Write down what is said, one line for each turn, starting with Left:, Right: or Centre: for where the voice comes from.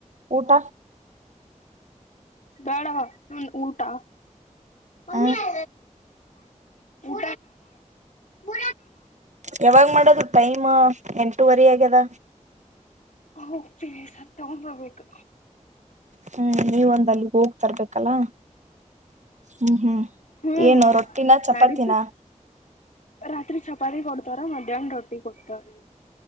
Right: ಊಟ
Left: ಬೇಡವಾ ಊಟ <inaudible>
Right: ಹ
Left: ಮಿ ಆ ಮು ಮು
Right: ಯಾವಾಗ್ ಮಾಡದು ಟೈಮ್ ಎಂಟುವರಿ ಆಗ್ಯದ
Left: ಹೋಗ್ತೀವಿ ಸತ್ ತಗೊಬರ್ಬೇಕು
Right: ಹ್ಮ್ ನೀವೊಂದ ಅಲ್ಲಿ ಹೋಗ್ತರ್ಬೇಕಲ್ಲ ಹ್ಮ್ ಹ್ಮ್
Left: ಹ್ಮ್
Right: ಏನು ರೊಟ್ಟಿನ ಚಪಾತಿನ
Left: ನಡೀತತ್ ರಾತ್ರಿ ಚಪಾತಿ ಕೊಡ್ತಾರ ಮಧ್ಯಾಹ್ನ ರೊಟ್ಟಿ ಕೊಡ್ತಾರ